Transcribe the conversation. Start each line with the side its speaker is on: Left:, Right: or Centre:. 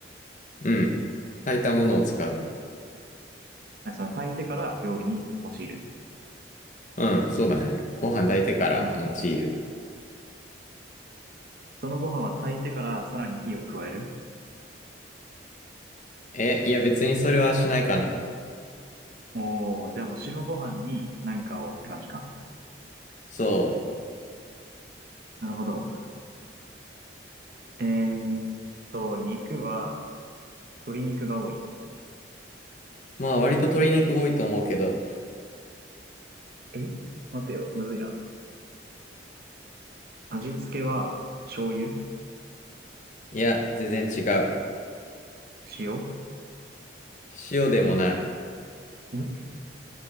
Left: うん。炊いたものを使う。
Right: あその炊いてから料理に用いる。
Left: うん、そうだね。ご飯炊いてから用いる。
Right: なるほど。そのご飯は炊いてからさらに火を加える。
Left: え、いや別にそれはしないかな。
Right: おお、じゃあもう白ご飯に何かをって感じか。
Left: そ
Right: なるほど。えーっと、肉は鶏肉が多い。
Left: う。まあ割と鶏肉多いと思うけど。
Right: え待てよ、むずいな。味付けは醤油、
Left: いや、全然違う。
Right: 塩
Left: 塩でもない。
Right: ん